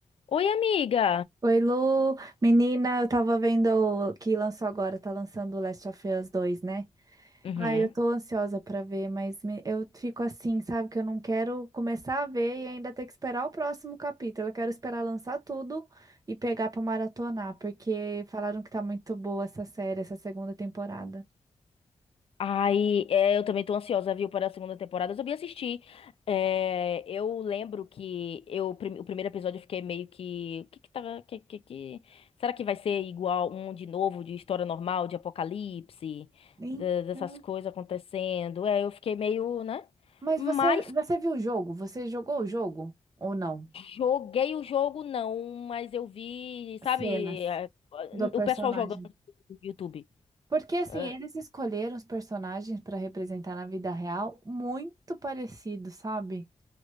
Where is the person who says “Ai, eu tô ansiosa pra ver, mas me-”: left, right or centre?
Right